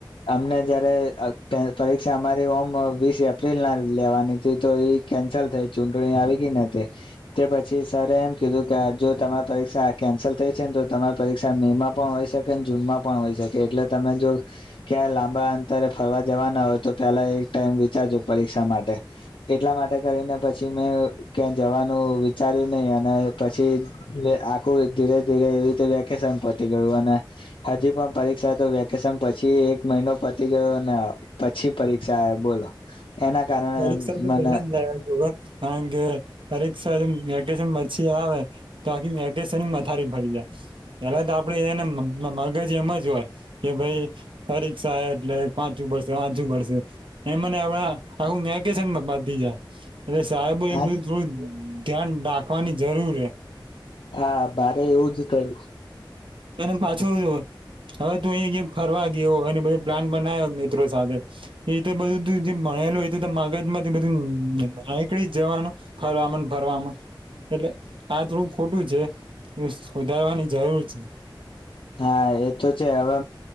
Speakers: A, on the left (about 85°); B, on the right (about 75°).
A: અમને જયારે અહ પરીક્ષા અમારી ઓમ અહ વીસ એપ્રિલ ના લેવાની હતી તો એ કેન્સલ થઈ ચૂટણી આવી તી ન તે કે પછી સર એમ કીધું કે આ જો તમે પરીક્ષા કેન્સલ થઈ છેને તો તમારી પરીક્ષા મે માં પણ હોય શકેને જૂનમાં પણ હોય શકે એટલે તમે જો ક્યાંય લાંબા અંતરે ફરવા જવાના હોય તો પેલા એક ટાઈમ વિચારજો પરીક્ષા માટે એટલા માટે કરીને પછી મેં અહ ક્યાં જવાનું વિચાર્યું નહી અને પછી લે આખું ધીરે ધીરે એવી રીતે વેકેશન પતી ગયું અને હજી પણ પરીક્ષા તો વેકેશન પછી એક મહિનો પતી ગયો ને આ પછી પરીક્ષા એ બોલો. એના કારણે
B: પરીક્ષા તો
A: મને
B: પેલા જ લેવાય ગુઆ કારણ કે પરીક્ષા વેકેશન પછી આવે તો આખી વેકેશન મથારી ફરી જાય પેલા તો આપડે એને મ મ મગજ એમ જ હોય કે ભાઈ પરીક્ષા એટલે વાંચું પડશે વાંચું પડશે એ મને અવે આ આખું મેકેશન બબબાદ થઈ જાય. અને સાહેબાઈ
A: આ
B: એ બધું થોઈ ધ્યાન રાખવાની જરૂર હે.
A: હા, ભારે એવું જ થયું.
B: એમ પાછો હવે તું અહી જે ફરવા ગયો એ બધ પ્લાન બનાવ્યો મિત્રો સાથે એતે બધું તું જે ભણેલું તે તો મગજ માંથી બધું આ નીકળી જવાનું ફરવાવામાં ફરવામાં. એટલે આ થોડું ખોટું છે એ સુધારવાની જરૂર છે.
A: હા, એ તો છે હવે